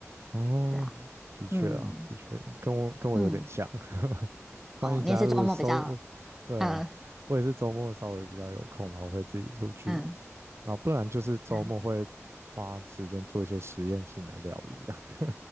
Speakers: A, on the right; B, in the centre.
A: 哦，
B: 对啊，
A: 的确啊，
B: 嗯
A: 的确跟我跟我有点像，
B: 嗯。
A: <laughs> 欢迎加入搜，
B: 哦，你也是周末比较，
A: 对，
B: 嗯
A: 我也是周末稍微比较有空，然后会自己出去
B: 嗯，
A: 然后不然就是周末会花时间做一些实验性的料理这样
B: 嗯，
A: <laughs>